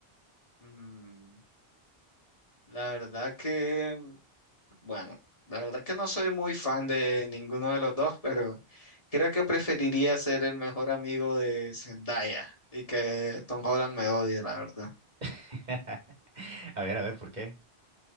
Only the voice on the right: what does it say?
<laughs> A ver, a ver, ¿por qué?